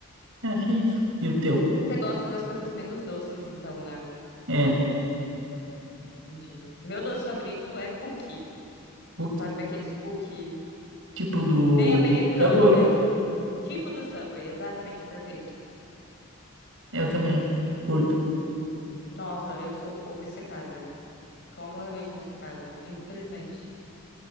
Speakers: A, on the right (about 65°); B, on the left (about 55°).
A: Eu achei isso. E o teu?
B: Você gosta das coisas menos doces, então, né?
A: É,
B: Entendi. Meu doce favorito é cookie.
A: cookie.
B: Sabe aqueles cookie
A: Tipo do...
B: bem americano
A: Eu
B: mesmo? Tipo do Subway, exatamente, perfeito.
A: Eu também. Curto.
B: Nossa, eu sou obcecada. Completamente obcecada. Infelizmente.